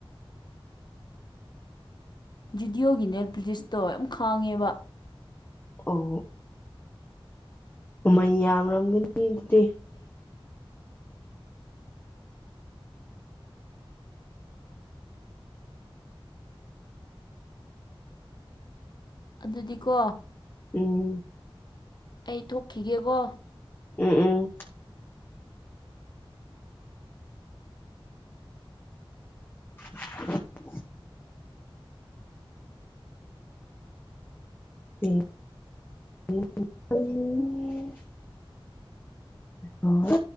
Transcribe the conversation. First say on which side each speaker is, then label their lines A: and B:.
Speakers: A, on the left; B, on the left.
A: ꯚꯗꯤꯑꯣꯒꯤꯅꯦꯠ ꯂꯤꯁꯇꯣ ꯌꯥꯝ ꯈꯥꯡꯉꯦꯕ
B: ꯑꯣ ꯃꯃꯜ ꯌꯥꯝꯔꯝꯒꯅꯤ ꯑꯗꯨꯗꯤ
A: ꯑꯩ ꯑꯗꯨꯗꯤꯀꯣ
B: ꯎꯝ
A: ꯑꯩ ꯊꯣꯛꯈꯤꯒꯦꯀꯣ
B: ꯎꯝ ꯎꯝ <inaudible> <inaudible> ꯍ